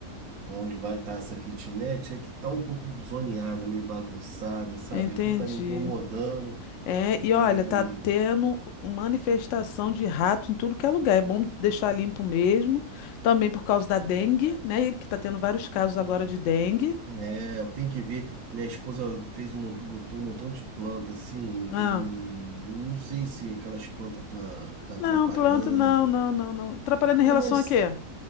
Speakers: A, on the right; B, on the left.
A: aonde vai estar essa kitnet, é que tá um pouco zoneada, meio bagunçada, sabe?
B: entendi.
A: Aquilo tá me incomodando
B: É,
A: e
B: e olha, tá tendo manifestação de rato em tudo que é lugar. É bom deixar limpo mesmo. Também por causa da dengue, né? Que tá tendo vários casos agora de dengue.
A: é, eu tenho que ver. Minha esposa fez um, mont- botou um montão de planta assim
B: Ah,
A: e não sei se aquelas plantas tá, tá atrapalhando.
B: não, planta, não, não, não, não. Atrapalhando em
A: É,
B: relação
A: mas
B: a quê?